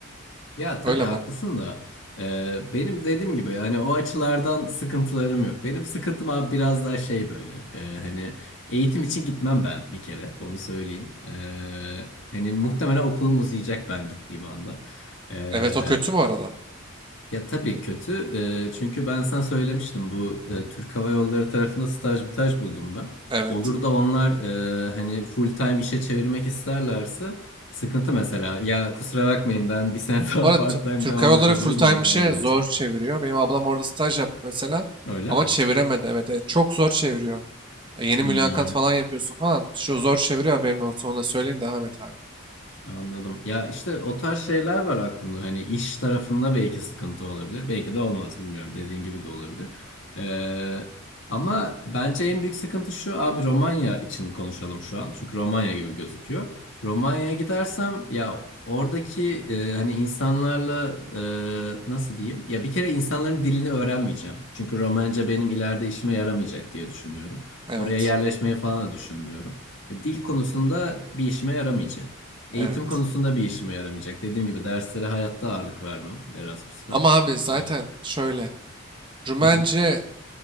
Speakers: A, on the left; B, on the right.
A: ya tabii
B: Öyle
A: haklısın
B: bak.
A: da. Ee, benim dediğim gibi yani o açılardan sıkıntılarım yok. Benim sıkıntım abi biraz daha şey böyle. Ee, hani eğitim için gitmem ben bir kere onu söyleyeyim. Ee, hani muhtemelen okulum uzayacak ben gittiğim anda. Ee,
B: Evet o kötü bu arada.
A: Ya tabii kötü. Ee, çünkü ben sana söylemiştim bu e, Türk Hava Yolları tarafında staj mıtaj buldum ben.
B: Evet.
A: Olur da onlar e, hani full time işe çevirmek isterlerse sıkıntı mesela. Ya kusura bakmayın ben bir sene <laughs> daha
B: Bu arada
A: part
B: T-
A: time
B: Türk
A: devam
B: Hava Yolları
A: edebilir
B: full time
A: miyim
B: işe
A: falan olacak.
B: zor çeviriyor. Benim ablam orada staj yaptı mesela
A: Öyle
B: ama
A: mi?
B: çeviremedi. Evet, evet çok zor çeviriyor. E, yeni
A: Hmm.
B: mülakat falan yapıyorsun falan. Şu zor çeviriyor haberin olsun ona söyleyeyim devam et abi.
A: Anladım. Ya işte o tarz şeyler var aklımda. Hani iş tarafında belki sıkıntı olabilir. Belki de olmaz bilmiyorum. Dediğin gibi de olabilir. Ee, ama bence en büyük sıkıntı şu. Abi Romanya için konuşalım şu an. Çünkü Romanya gibi gözüküyor. Romanya'ya gidersem ya oradaki e, hani insanlarla e, nasıl diyeyim? Ya bir kere insanların dilini öğrenmeyeceğim. Çünkü Romence benim ileride işime yaramayacak diye düşünüyorum.
B: Evet.
A: Oraya yerleşmeyi falan da düşünmüyorum. E, Dil konusunda bir işime yaramayacak. Eğitim
B: Evet.
A: konusunda bir işime yaramayacak. Dediğim gibi derslere hayatta ağırlık vermem Erasmus'ta.
B: Ama abi zaten
A: Evet.
B: şöyle. Rumence
A: Hı hı.